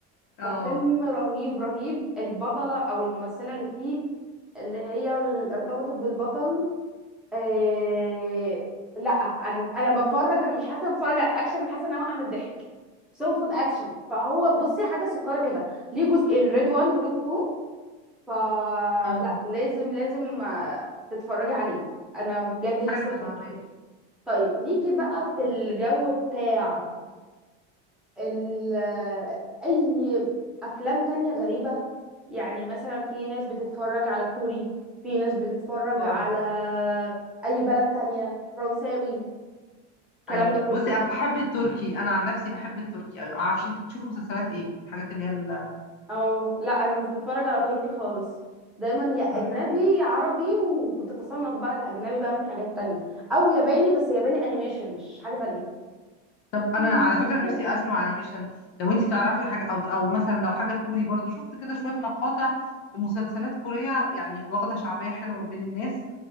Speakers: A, on the left; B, in the centre.
A: اه
B: ففيلم رهيب رهيب البطله او الممثله اللي فيه اللي هي ال- ارتبطت بالبطل إيه... لا انا انا بتفرج انا مش حاسه إني بتفرج على اكشن انا حاسه ان انا واقعه من الضحك بس هو المفروض اكشن فهو بصي حاجه سكره كده ليه جزئين ريد 1 وريد 2 فلا
A: اه
B: لازم لازم آه، تتفرجي عليه انا بجد نفسي
A: حلو
B: اخد
A: ده ماشي
B: كده طيب ليكي بقى
A: حلو
B: في
A: أوي.
B: الجو بتاع ال اي افلام تانية غريبة يعني مثلا في ناس بتتفرج على كوري في ناس بتتفرج
A: اه
B: على اي بلد تانية فرنساوي الكلام
A: ايوه
B: ده كله
A: بصي انا بحب التركي انا عن نفسي بحب التركي أوي. ما اعرفش انت بتشوفي مسلسلات ايه الحاجات اللي هي ال-
B: او لا انا مش بتفرج على تركي خالص دايما يا
A: بتتفرج
B: اجنبي
A: على ايه
B: يا عربي وتتصنف بقى الاجنبي بقى من حاجات تانية او ياباني بس ياباني انيميشن مش حاجة تانية
A: طب
B: كوري
A: انا على فكره نفسي
B: كده
A: اسمع انيميشن لو انت تعرفي حاجه او او مثلا لو حاجه كوري برضو شفت كده شويه مقاطع لمسلسلات كوريه يعني واخده شعبيه حلوه بين الناس